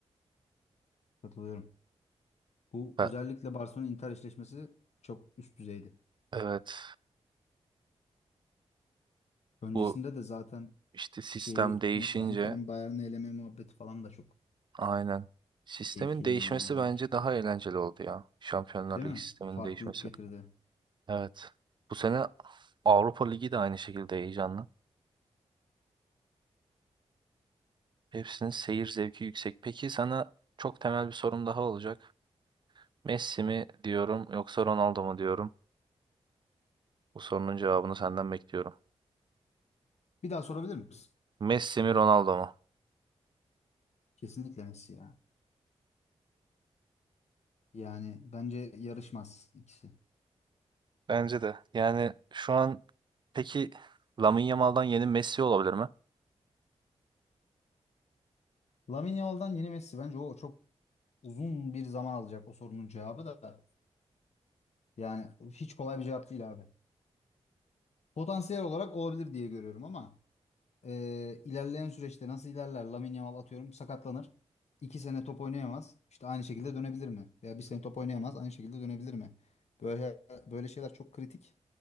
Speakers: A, on the left (about 75°); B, on the right (about 45°).
A: Katılıyorum. Bu
B: Ve-
A: özellikle Barcelona Inter eşleşmesi çok üst düzeydi.
B: Evet.
A: Öncesinde
B: Bu
A: de zaten
B: işte sistem
A: şeyi
B: değişince
A: mesela Inter'in Bayern'i eleme muhabbeti falan da çok
B: Aynen. Sistemin
A: keyifliydi
B: değişmesi
A: yani oralar.
B: bence daha eğlenceli oldu ya. Şampiyonlar
A: Değil
B: Ligi
A: mi?
B: sisteminin
A: Farklılık
B: değişmesi.
A: getirdi.
B: Evet. Bu sene Avrupa Ligi de aynı şekilde heyecanlı. Hepsinin seyir zevki yüksek. Peki sana çok temel bir sorum daha olacak. Messi mi diyorum yoksa Ronaldo mu diyorum? Bu sorunun cevabını senden bekliyorum.
A: Bir daha sorabilir misin?
B: Messi mi Ronaldo mu?
A: Kesinlikle Messi ya. Yani bence yarışmaz ikisi.
B: Bence de. Yani şu an peki Lamine Yamal'dan yeni Messi olabilir mi?
A: Lamine Yamal'dan yeni Messi bence o çok uzun bir zaman alacak o sorunun cevabı da. Yani hiç kolay bir cevap değil abi. Potansiyel olarak olabilir diye görüyorum ama e, ilerleyen süreçte nasıl ilerler? Lamine Yamal atıyorum sakatlanır. iki sene top oynayamaz. İşte aynı şekilde dönebilir mi? Veya bir sene top oynayamaz aynı şekilde dönebilir mi? Böyle böyle şeyler çok kritik.